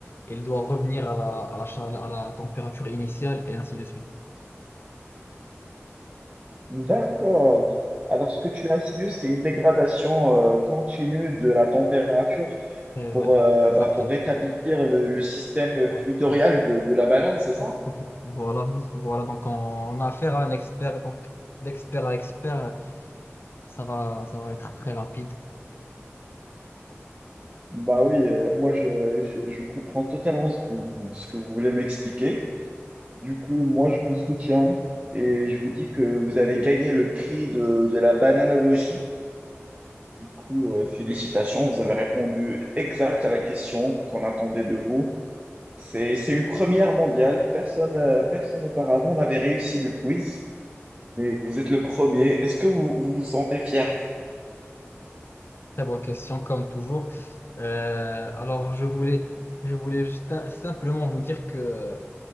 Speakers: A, on the left; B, on the right.
A: elle doit revenir à la, à la, chale- à la température initiale et ainsi de suite.
B: D'accord. Alors, ce que tu insinues, c'est une dégradation euh, continue de la température
A: Et
B: pour,
A: ouais,
B: euh,
A: exactement.
B: bah, pour rétablir le, le système
A: Ouais,
B: fluidorial
A: ouais.
B: de, de la banane,
A: <laughs>
B: c'est ça?
A: Voilà, vous- voilà, donc on a affaire à un expert, donc d'expert à expert, ça va, ça va être très rapide.
B: Bah oui, euh, moi, je, je, je comprends totalement ce que, vous- ce que vous voulez m'expliquer. Du coup, moi, je vous soutiens et je vous dis que vous avez gagné le prix de, de la bananologie. Du coup, euh, félicitations, vous avez répondu exact à la question qu'on attendait de vous. C'est, c'est une première mondiale. Personne, euh, personne auparavant n'avait réussi le quiz, mais vous êtes le premier. Est-ce que vous vous, vous sentez fier?
A: Très bonne question, comme toujours. Euh, alors, je voulais, je voulais juste un- simplement vous dire que